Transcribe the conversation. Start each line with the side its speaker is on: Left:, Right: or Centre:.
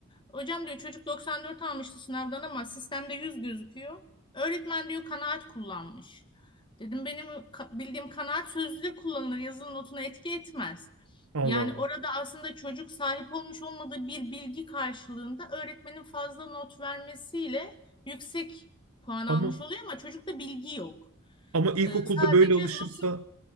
Left: Hocam diyor çocuk 94 almıştı sınavdan ama sistemde 100 gözüküyor. Öğretmen diyor kanaat kullanmış. Dedim benim ka- bildiğim kanaat sözlüde kullanılır yazılı notuna etki etmez.
Right: Allah
Left: Yani
Right: Allah.
Left: orada aslında çocuk sahip olmuş olmadığı bir bilgi karşılığında öğretmenin fazla not vermesiyle yüksek puan almış
Right: Ama
Left: oluyor ama çocukta bilgi yok.
Right: ama ilkokulda
Left: Ee, sadece
Right: böyle alışırsa
Left: notu